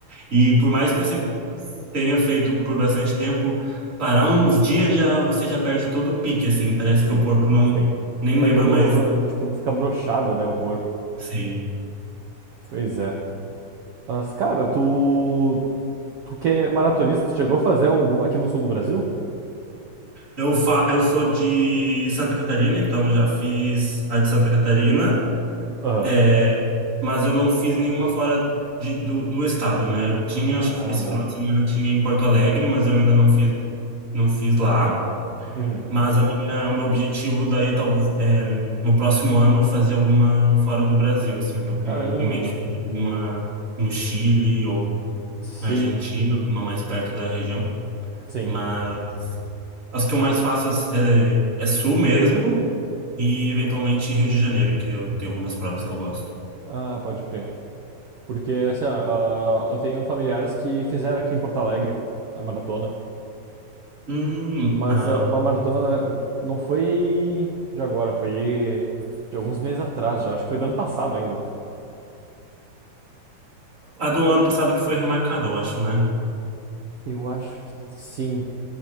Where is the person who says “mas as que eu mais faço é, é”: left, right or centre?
Right